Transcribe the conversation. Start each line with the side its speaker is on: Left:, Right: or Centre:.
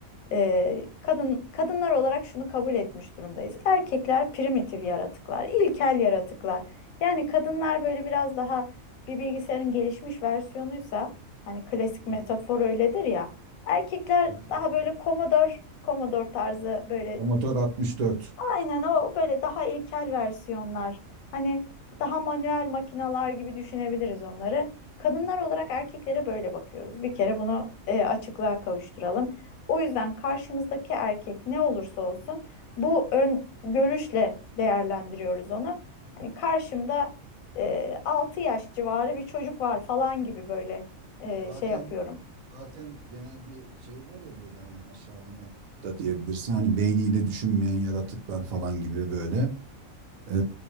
Left: e, kadın kadınlar olarak şunu kabul etmiş durumdayız. Erkekler primitif yaratıklar, ilkel yaratıklar. Yani kadınlar böyle biraz daha bir bilgisayarın gelişmiş versiyonuysa hani klasik
Right: Doğru.
Left: metafor öyledir ya. Erkekler
Right: Evet evet
Left: daha böyle
Right: doğru.
Left: Commodore Commodore tarzı böyle
Right: Promotör 64.
Left: Aynen o böyle daha ilkel versiyonlar. Hani daha manuel makinalar gibi düşünebiliriz onları. Kadınlar olarak erkeklere böyle bakıyoruz. Bir kere bunu e, açıklığa kavuşturalım. O yüzden karşımızdaki erkek ne olursa olsun bu ön görüşle değerlendiriyoruz onu. Hani karşımda e, 6 yaş civarı bir çocuk var falan gibi böyle e,
Right: Zaten
Left: şey yapıyorum.
Right: zaten genel bir şey var ya böyle hani aşağılama da diyebilirsin. Hani beyniyle düşünmeyen yaratıklar falan gibi böyle. Ee,